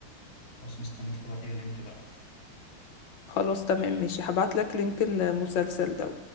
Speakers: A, on the left; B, on the left.
A: خلاص مستنيك تبعت لي اللينك بقى
B: خلاص تمام ماشي هبعتلك لينك المسلسل ده